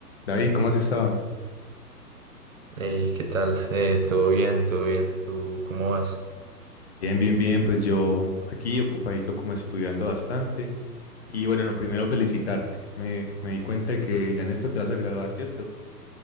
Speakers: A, on the left (about 40°); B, on the right (about 55°).
A: David, ¿cómo has estado?
B: Hey, ¿qué tal? Eh, todo bien, todo bien. ¿Tú cómo vas?
A: Bien, bien, bien. Pues yo aquí ocupadito como estudiando bastante. Y bueno, no, primero felicitarte. Me, me di cuenta de que ya en esto te vas a graduar, ¿cierto?